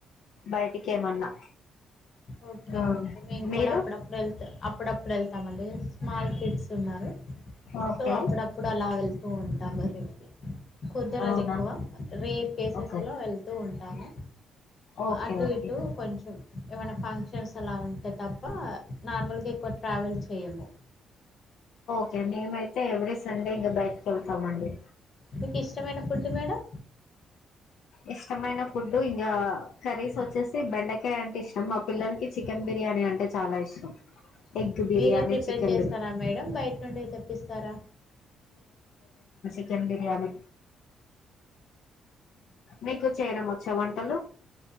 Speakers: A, on the left (about 75°); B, on the left (about 45°).
A: బయిటికి ఏమన్నా
B: ఓకే
A: ఆ,
B: ఓకే నేం
A: మీరు
B: కూడా అప్పుడప్పుడు వెళ్తా అప్పుడప్పుడు వెళ్తామండి స్మాల్ కిడ్స్ ఉన్నారు
A: ఓకే
B: సో అప్పుడప్పుడు అలా వెళ్ తూ ఉంటాము రెడ్కి కుదరదు
A: అవునా
B: ఎక్కువ రేర్ కేసెస్లో
A: ఓకే
B: వెళ్తూ ఉంటాము
A: ఓకే
B: అటు
A: ఓకే
B: ఇటు కొంచెం ఏమైన ఫంక్షన్స్ అలా ఉంటే తప్ప నార్మల్గా ఎక్కువ ట్రావెల్ చేయము
A: ఇక మేమైతే ఎవ్రీ సండే ఇంకా బయటకి వెళ్తామండి
B: మీకు ఇష్టమైన ఫుడ్ మేడం
A: ఇష్టమైన ఫుడ్డు ఇంకా కర్రీస్ వచ్చేసి బెండకాయ అంటే ఇష్టం మా పిల్లలకి చికెన్ బిర్యానీ అంటే అంటే చాలా ఇష్టం ఎగ్ బిర్యానీ
B: మీరే ప్రిపేర్
A: చికెన్
B: చేస్తారా
A: బిర్యా
B: మేడం బయట నుండి తెప్పిస్తారా
A: చికెన్ బిర్యానీ మీకు చేయడం వచ్చా వంటలు